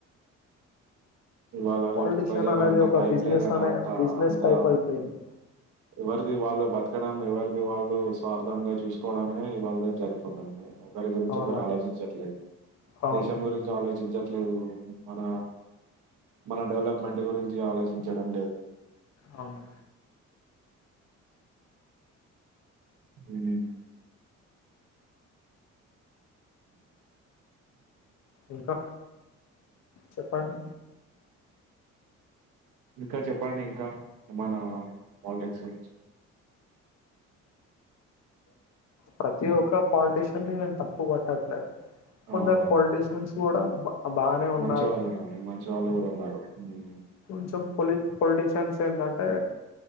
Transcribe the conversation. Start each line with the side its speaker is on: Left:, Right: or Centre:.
Right: ఇవాళ రేపు
Left: పాలిటీషియన్
Right: ప్రజలు
Left: అనేది
Right: అంత
Left: ఒక
Right: టైం
Left: బిజినెస్
Right: లేదని
Left: అనే
Right: అంత
Left: బిజినెస్
Right: అంత
Left: టైప్ అయిపోయింది
Right: ఎవరిది వాళ్ళు బతకడం ఎవరి ది వాళ్ళు స్వార్థంగా చూసుకోవడామ ఇ వాళ్ళ రే జరిపోతాంది. ఒకరి గురించి
Left: అవునండి
Right: ఒకరు ఆలోచించట్లేదు
Left: అవును
Right: దేశం గురించి ఆలోచించట్ ట్లేదు మన మన డెవలప్మెంట్ గురించి ఆలోచించడం లేదు.
Left: అవును
Right: హ్మ్
Left: ఇంకా చెప్పండి
Right: ఇంకా చెప్పండి ఇంకా ఏమన్నా పాలిటిక్స్ గురించి
Left: ప్రతి ఒక్క పాలిటీషియన్ని ని నేను తప్పు పట్టట్లేద్ కొందరు
Right: అవునవును
Left: పొలిటీషియన్స్ కూడా బా బానే ఉన్నారు
Right: మంచి వాళ్ళునండి
Left: గా.
Right: మంచి వాళ్ళు కూడా ఉన్నారు ఉమ్.
Left: కొంచెం పొలి పొలిటీషియన్స్ ఏంటంటే